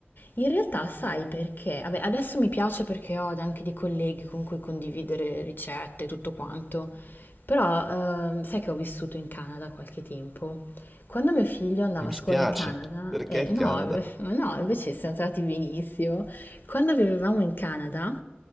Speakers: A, on the left (about 60°); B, in the centre.
A: in realtà sai perché? Vabbè, adesso mi piace perché ho anche dei colleghi con cui condividere ricette e tutto quanto, però ehm, sai che ho vissuto in Canada qualche tempo. Quando mio figlio andava
B: Mi
A: a
B: spiace,
A: scuola in Canada,
B: perché
A: eh,
B: il
A: no,
B: Canada?
A: <laughs> no, invece siamo andati benissimo, quando vivevamo in Canada,